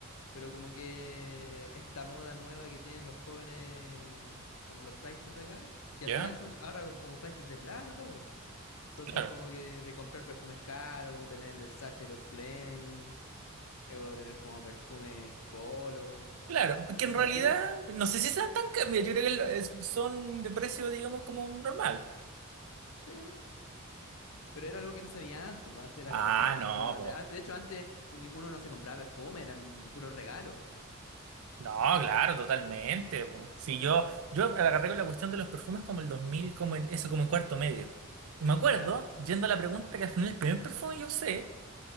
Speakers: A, on the left; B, on the right.
A: pero como que esta moda nueva que tienen los jóvenes, como los flaites de acá, que
B: ¿Ya?
A: al final son ahora como flaites de plata, todo. Entonces
B: Claro.
A: como que de comprar perfumes caros, como tener el Versace, los Flame. eh, o tener como perfumes polo,
B: Claro, que
A: cosas
B: en realidad,
A: así. que-
B: no sé si sean tan caros. Mira, yo creo que lo- es- son de precio, digamos, como normal.
A: Sí, pero era algo que no se veía antes, pues, antes era
B: Ah,
A: como solamente
B: no,
A: Antonio Banderas.
B: pues.
A: Antes, de hecho, antes uni- uno no se compraba perfume, eran puros regalos.
B: No, claro, totalmente. po. Si yo, yo agarré con la cuestión de los perfumes como el 2000, como en, eso, como en cuarto medio. Y me acuerdo,
A: Ya,
B: yendo a la pregunta, que al final el primer perfume yo sé,